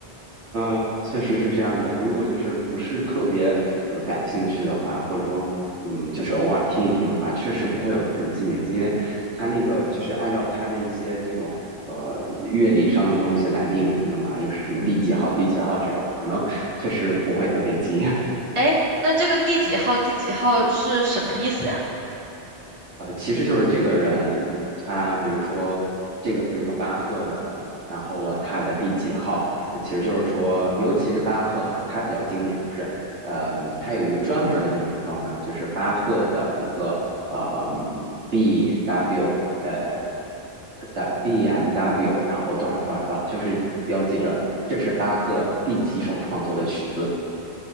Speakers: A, on the right; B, on the right.
A: 嗯，确实是这样的。如果就是不是特别呃感兴趣的话，或者说嗯，就是偶尔听一听的话，确实不会有人记名字，因为它那个就是按照它的一些这种呃乐理上的东西来命名的嘛，又是什么第几号、
B: 嗯，
A: 第几号这种，可能确实不会特别记。<laughs>
B: 哎，那这个第几号第几号是什么意思呀？
A: 呃，其实就是这个人，他比如说这个，比如说巴赫的，然后了他的第几号，那其实就是说，尤其是巴赫啊，他比较经典，就是，嗯、他有一个专门的命名方法，就是巴赫的一个呃 B W 呃的 B M W，然后多少多少多少，就是标记着这是巴赫第几首创作的曲子，